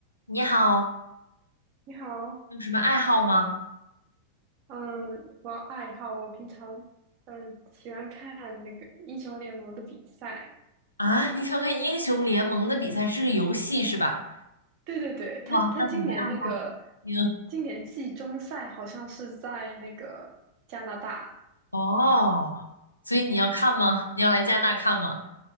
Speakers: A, on the left; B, on the right.
A: 你好，
B: 你好，
A: 有什么爱好吗？
B: 嗯，我爱好我平常嗯喜欢看那个英雄联盟的比赛。
A: 啊，你想看英雄联盟的比赛是个游戏是吧？
B: 对对对，他他今年那个
A: 哇，那你的爱好挺……
B: 今年季中赛好像是在那个加拿大，
A: 哦，所以你要看吗？你要来加拿大看吗？